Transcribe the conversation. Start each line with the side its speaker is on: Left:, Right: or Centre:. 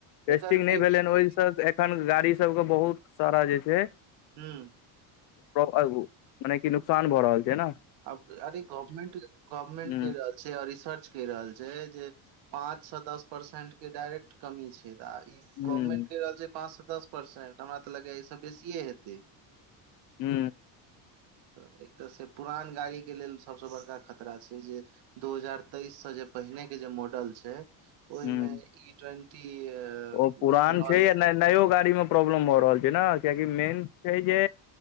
Left: टेस्टिंग
Right: एकर
Left: नहि
Right: रेटिंग
Left: भेलै हन ओहिसँ एखन गाड़ीसभके बहुत सारा जे छैय
Right: हूँ
Left: प् मने कि नुकसान भऽ रहल छैय न।
Right: आब अरे गवर्मेंट गवर्मेंट
Left: ह
Right: कर रहल छैय आ रिसर्च कर रहल छैय जे पाँंच सँ दस परसेंट के डायरेक्ट कमी छैय तऽ ई
Left: ह
Right: गवर्नमेंट कहि रहल छैय पाँचसँ दस परसेंट हमरा तऽ लगैए ईसे बेसिए हेतै।
Left: हू
Right: तऽ एक तऽ से पुरान गाड़ीके लेल सभसँ बड़का खतरा छैय जे दू हजार तेइस से जे पहिने के जे मॉडल छैय ओहिमे
Left: ह ह
Right: ई टवेंटी एथिनोल
Left: ओ पुरान छै या नयो गाड़ी मे प्रॉब्लम भऽ रहल छैय ने कियकि मेन छैय जे